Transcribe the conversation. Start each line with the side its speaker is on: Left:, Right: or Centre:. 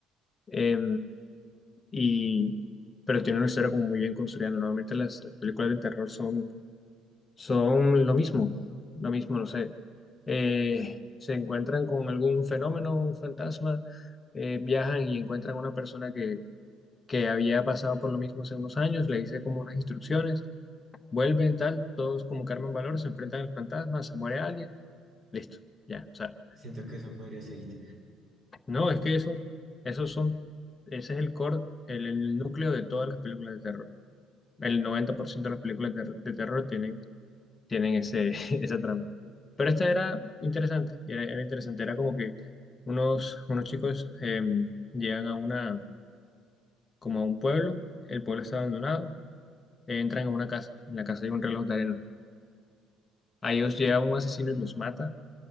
Left: Eh, y, pero tiene una historia como muy bien construida. ¿no? Normalmente las, las películas de terror son, son lo mismo, lo mismo, no sé. Eh, se encuentran con algún fenómeno, un fantasma, eh, viajan y encuentran a una persona que, que había pasado por lo mismo hace unos años, le dice como unas instrucciones, vuelven, tal, todos como carmen valor, se enfrentan al fantasma, se muere alguien, listo, ya, o sea.
Right: Siento que eso podría ser IT.
Left: No, es que eso, esos son, ese es el core, el, el núcleo de todas las películas de terror. El 90% de las películas de, de terror tienen, tienen ese, <laughs> esa trama. Pero esta era interesante, era, era interesante, era como que unos, unos chicos eh, llegan a una, como a un pueblo, el pueblo está abandonado, entran a una casa, en la casa hay un reloj de arena. A ellos llega un asesino y los mata,